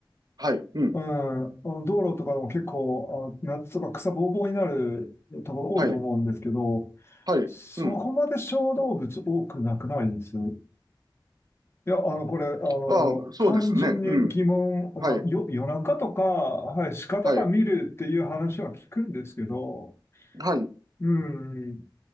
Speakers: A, on the right; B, on the left.
A: はい、うん、
B: うん、あの道路とかも結構、あの、夏とか草ぼうぼうになるところ多いと思うんですけど、
A: はい、はい、
B: そこまで小動物多くなくないです。
A: うん、
B: いや、あの、これ、あの、
A: ああ、そうですね、
B: 単純に疑問、
A: うん、
B: まあ、
A: はい、
B: よ、夜中とか、はい、鹿とか見るっていう話は聞くんですけど、
A: はい、はい、
B: うん。